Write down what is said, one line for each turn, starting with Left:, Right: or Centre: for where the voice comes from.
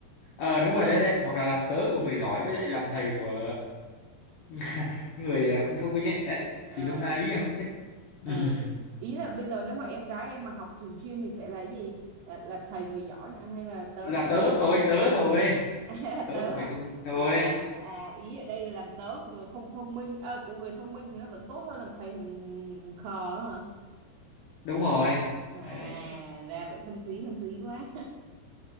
Left: Ờ đúng rồi đấy đấy hoặc là làm
Right: <laughs>
Left: tớ của người giỏi với lại làm thầy của <laughs> người không thông minh ấy đấy
Right: ờ,
Left: thì nôm na ý là cũng thế <laughs>
Right: ờ. ý là bây giờ nếu mà em gái em mà học trường chuyên thì sẽ là cái gì là, là thầy người giỏi hả? hay là tớ
Left: là
Right: của
Left: tớ
Right: người
Left: thôi
Right: không
Left: tớ thôi
Right: <laughs> à,
Left: tớ
Right: tớ à?
Left: của người thông minh thôi
Right: À, à ý ở đây là làm tớ của người không thông minh ờ, của người thông minh thì nó vẫn tốt hơn làm thầy thằng, thằng, thằng khờ hả
Left: đúng rồi
Right: à
Left: đấy
Right: ra vậy thâm thúy thâm thúy quá